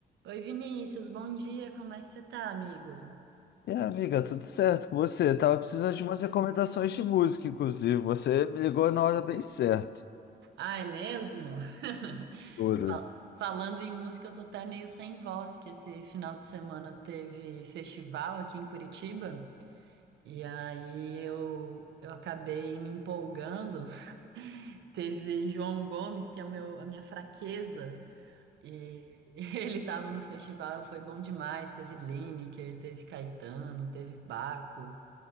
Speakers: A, on the right (about 80°); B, on the left (about 65°).
A: Oi, Vinícius, bom dia, como é que você tá, amigo?
B: E aí, amiga, tudo certo com você? tava precisando de umas recomendações de música, inclusive. Você me ligou na hora bem certa.
A: Ah, é mesmo? <laughs>
B: Tudo.
A: Fal- Falando em música, eu tô até meio sem voz, que esse final de semana teve festival aqui em Curitiba, e aí eu, eu acabei me empolgando. <laughs> Teve João Gomes, que é o meu, a minha fraqueza, e <laughs> ele tava no festival, foi bom demais. Teve Lineker, teve Caetano, teve Baco.